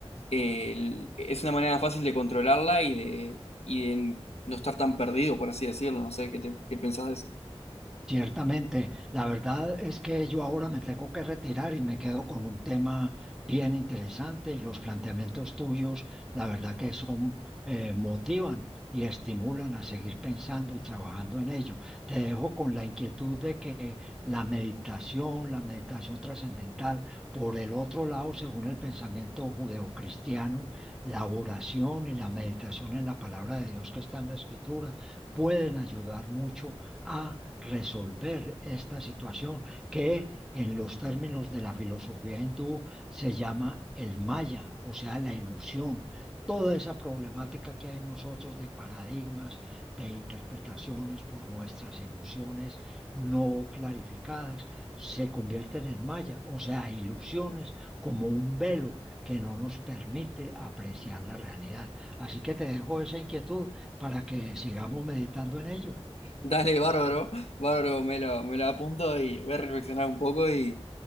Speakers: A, on the left; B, in the centre.
A: el- es una manera fácil de controlarla y de, y de no estar tan perdido, por así decirlo. No sé, ¿qué, te- qué pensás de eso? <laughs>
B: Ciertamente, la verdad es que yo ahora me tengo que retirar y me quedo con un tema bien interesante. Los planteamientos tuyos, la verdad que son, eh, motivan y estimulan a seguir pensando y trabajando en ello. Te dejo con la inquietud de que la meditación, la meditación trascendental, por el otro lado, según el pensamiento judeocristiano, la oración y la meditación en la palabra de Dios que está en la escritura, pueden ayudar mucho a resolver esta situación que en los términos de la filosofía hindú se llama el maya, o sea, la ilusión. Toda esa problemática que hay en nosotros de paradigmas, de interpretaciones por nuestras emociones no clarificadas, se convierten en maya, o sea, ilusiones como un velo que no nos permite apreciar la realidad. Así que te dejo esa inquietud para que sigamos meditando en ello.
A: Dale, bárbaro, bárbaro, me lo, me lo apunto y voy a reflexionar un poco y,